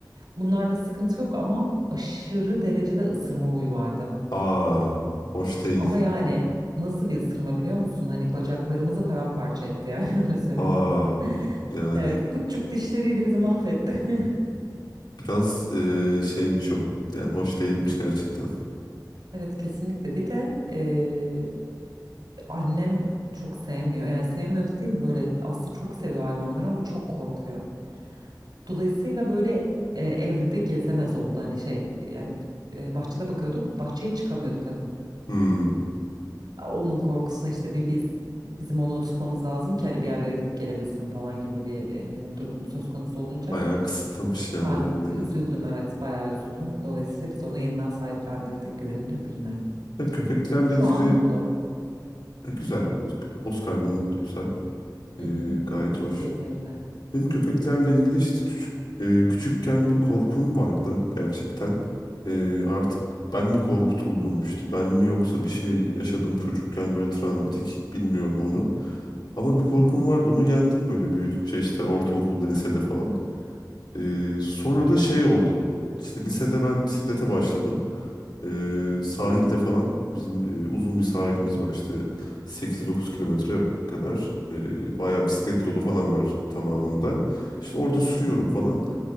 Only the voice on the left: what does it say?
aa hoş değil.
Aa yani
biraz e, şeymiş o. Yani hoş değilmiş
gerçekten.
Hmm.
Bayağı kısıtlamış yani
kendini.
Ya köpeklerle
ilgili
e, güzel. O- Oscar'da mutluysa e,
gayet hoş.
Benim köpeklerle ilgili işte küçük, e, küçükken bir korkum vardı gerçekten. E, artık ben mi korkutuldum işte ben mi yoksa bir şey yaşadım çocukken böyle travmatik bilmiyorum onu. Ama bir korkum vardı onu yendim böyle büyüdükçe işte ortaokulda lisede falan. Ee, sonra da şey oldu. İşte lisede ben bisiklete başladım. Ee,
sahilde falan bizim e, uzun bir sahilimiz var işte sekiz dokuz kilometre kadar. Ee, bayağı bisiklet
yolu falan var tamamında. İşte orada sürüyorum falan.